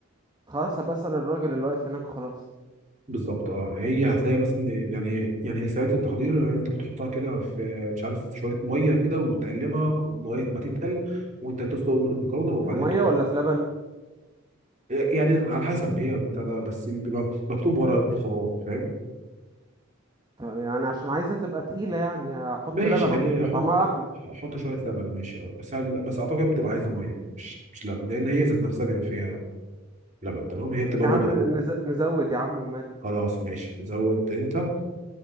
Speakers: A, on the right; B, on the right.
A: خلاص هبقى أسأل الراجل اللي واقف هناك خلاص
B: بالظبط اه هي هتلاقي مثلا يعني يعني هي ساعات التحضير انت بتحطها كده في مش عارف شويه ميه كده وتقلبها لغايه ما تتقل وانت تسلق المكرونه وبعدين
A: في مية
B: ت-
A: ولا في لبن
B: يعني على حسب هي بتاع ده بس بيبقى مكتوب ورا الخطوات فاهم
A: ط- يعني عشان عايزة تبقى تقيلة يعني أحط
B: ماشي
A: لبن
B: يعني
A: عشان يبقى
B: احط
A: طعمها أحلى
B: احط شويه لبن ماشي اه بس بس اعتقد بتبقى عايزه ميه مش مش لبن لان هي ذات نفسها بيبقى فيها لبن تمام هي بتبقى
A: يا
B: بودره
A: عم نز... نزود يا عم وماله
B: خلاص ماشي زود انت